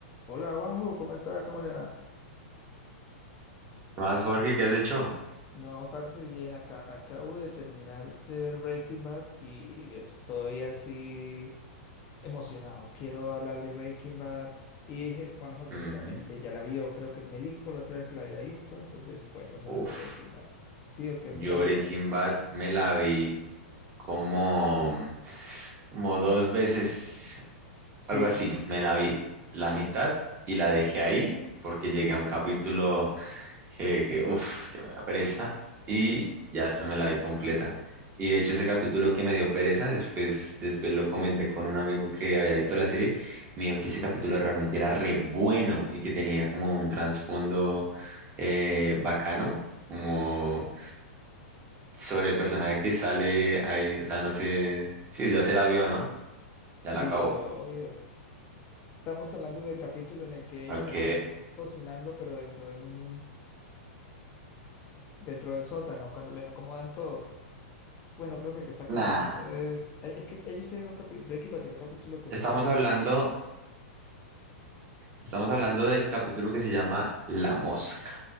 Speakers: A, on the left; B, on the right.
A: Hola Juanjo, ¿cómo está? ¿Cómo le va?
B: ¿Qué más, Jorge? ¿Qué has hecho?
A: No, parece bien. Acá acabo de terminar de ver Breaking Bad y estoy así emocionado. Quiero hablar de Breaking Bad y dije, Juanjo seguramente
B: Ujú.
A: ya la vio. Creo que él me dijo la otra vez que la había visto, entonces podemos
B: Uf,
A: hablar de Breaking Bad. ¿Sí o qué?
B: yo
A: ¿Usted la vio?
B: Breaking Bad me la vi como, como dos veces,
A: Sí,
B: algo así. Me la vi la mitad y la dejé ahí porque llegué a un capítulo. que, que, uf, que me da pereza y ya después me la vi completa. Y de hecho ese capítulo que me dio pereza, después, después lo comenté con un amigo que había visto la serie y me dijo que ese capítulo realmente era re bueno y que tenía como un trasfondo eh, bacano, como sobre el personaje que sale ahí, o sea, no sé, sí, ya se la vio, ¿no? Ya
A: sí,
B: la acabó.
A: obvio. Estamos hablando del capítulo en el que ellos
B: Ok,
A: están cocinando, pero dentro de un, dentro del sótano, cuando les acomodan todo. Bueno, creo que el que está
B: nada,
A: cocinando es. ay, Es que ellos tienen un capítulo. Breaking Bad tiene un capítulo que
B: estamos
A: es muy aburrido.
B: hablando, estamos hablando del capítulo que se llama La Mosca.